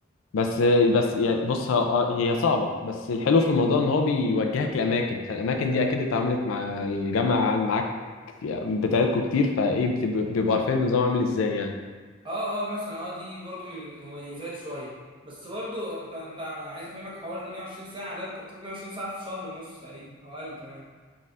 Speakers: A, on the left; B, on the right.
A: بس بس يعني بص ه- آه، هي صعبة بس الحلو في الموضوع ان هو بيوجهك لأماكن فالأماكن دي أكيد اتعاملت مع الجامعة معاك يعني بتاعتكوا كتير فإيه بت- بيبقوا عارفين النظام عامل إزاي يعني
B: اه اه مثلا اه دي برضو من المميزات شويه بس برضو انت انت عايز افهمك حوار ال 120 ساعه ده انت بتاخد 120 ساعه في شهر ونص تقريبا او اقل كمان